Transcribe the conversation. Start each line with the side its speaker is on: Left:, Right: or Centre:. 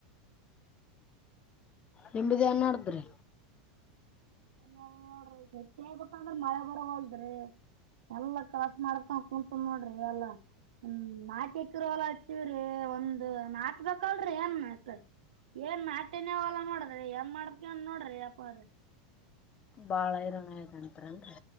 Left: ನಿಂಬಿದೇನ್ನಡ್ದ್ರಿ
Right: ನೋಡ್ರಿ ಗೆಟ್ಟಿ ಆಗ್ಬೇಕಂದ್ರ ಮಳೆ ಬರೋವಲ್ಡ್ರಿ ಎಲ್ಲಾ ಕಾಸ್ಮಾಡ್ಕ ಕುಂತ ನೋಡ್ರಿ ಎಲ್ಲಾ ಹ್ಮ್ ನಾಲ್ಕೆಕರೆ ವಲ ವ್ರೀ ಒಂದು ನಾಟ್ಬೇಕಲ್ರೀ ಏನ್ ನಟ್ ಏನ್ ನಾಟಿನೇವಲ್ಲ ನೋಡ ಅದ ಎಂಗ್ ಮಾಡ್ಬೇಕ್ಯಾಂದ್ನೋಡ್ರಿ ಯಾಪಾರ
Left: ಬಾಳ ಇರಂಗೈತ್ ಅಂತ್ರೆನ್ರಿ